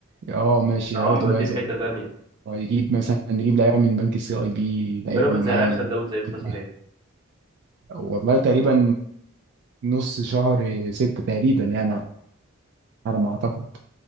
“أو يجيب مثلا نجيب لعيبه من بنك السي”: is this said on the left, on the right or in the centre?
Right